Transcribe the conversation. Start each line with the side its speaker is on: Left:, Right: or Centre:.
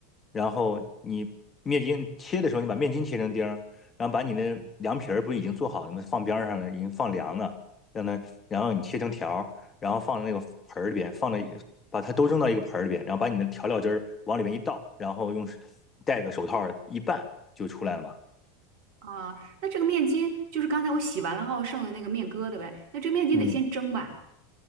Left: 然后你面筋切的时候，你把面筋切成丁儿，然后把你的凉皮儿不已经做好了吗？放边儿上了，已经放凉了，让它，然后你切成条儿，然后放在那个盆儿里边，放在把它都扔到一个盆儿里边，然后把你的调料汁儿往里面一倒，然后用戴个手套儿一拌就出来了嘛。
Right: 啊，那这个面筋就是刚才我洗完了后剩的那个面疙瘩呗，那这面筋得先蒸吧？
Left: 嗯。